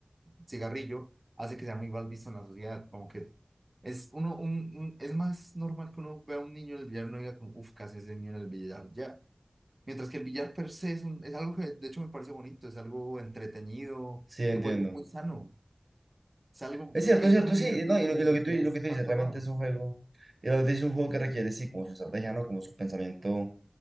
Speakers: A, on the right; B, on the right.
A: cigarrillo, hace que sea muy mal visto en la sociedad. Como que es uno, un, un- es más normal que uno vea a un niño en el billar y no diga como, uff, ¿qué hace ese niño en el billar? Ya. Mientras que el billar per se es, un- es algo que de hecho me parece bonito, es algo entretenido,
B: sí, entiendo.
A: que puede ser muy sano, es algo
B: Es cierto,
A: que es
B: es cierto,
A: muy divertido
B: sí, no, y
A: sin
B: lo,
A: necesidad
B: y lo que tú, lo
A: de estar
B: que tú dices,
A: tomado.
B: realmente es un juego, y realmente es un juego que requiere, sí, como su estrategia, ¿no? Como su pensamiento